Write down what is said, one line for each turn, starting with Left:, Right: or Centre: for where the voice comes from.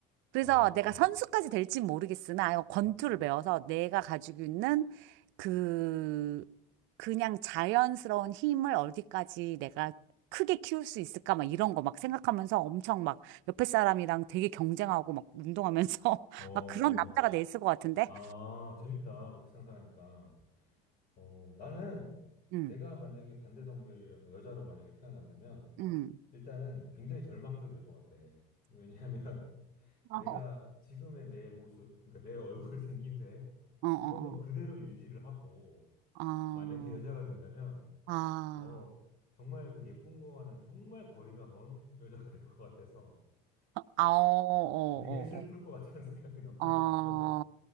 Right: 그래서
Left: 아, 그렇구나.
Right: 내가 선수까지 될진 모르겠으나 이 권투를
Left: 음.
Right: 배워서 내가 가지고 있는 그 그냥 자연스러운 힘을 어디까지 내가 크게 키울 수 있을까 막 이런 거 막 생각하면서 엄청 막 옆에 사람이랑 되게 경쟁하고 막 운동하면서 <laughs>
Left: 어,
Right: 막 그런 남자가 됐을 것 같은데.
Left: 아, 재밌다. 그렇게 상상하니까. 어, 나는
Right: 음.
Left: 내가 만약에 반대 성별이어서 여자로 만약에 태어난다면
Right: 음.
Left: 일단은 굉장히 절망적일 것 같아. 왜냐하면 <laughs>
Right: 어.
Left: 내가 지금의 내 모습, 그러니까 내 얼굴 <laughs> 생김새
Right: 어, 어,
Left: 이런 건 그대로
Right: 어.
Left: 유지를 하고
Right: 아.
Left: 만약에 여자가 된다면
Right: 아.
Left: 어, 정말 그 예쁜 거와는 정말 거리가 먼 여자가 될 것 같아서
Right: 아,
Left: 어,
Right: 어, 어,
Left: 되게 슬플
Right: 어.
Left: 것 같다는 <laughs> 생각이 너무
Right: 어.
Left: 많이
Right: 아.
Left: 들고